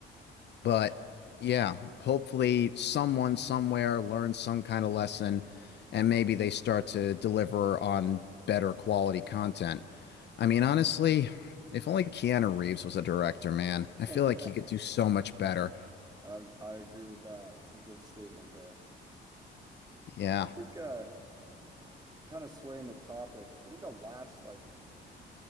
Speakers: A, on the left; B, on the right.
A: but yeah, hopefully someone somewhere learns some kind of lesson, and maybe they start to deliver on better quality content. I mean, honestly, if only Keanu Reeves was a director, man,
B: <laughs>
A: I feel
B: I
A: like he could do so much better.
B: I agree with that. That's a good statement there.
A: Yeah,
B: I think uh kind of swaying the topic. I think the last like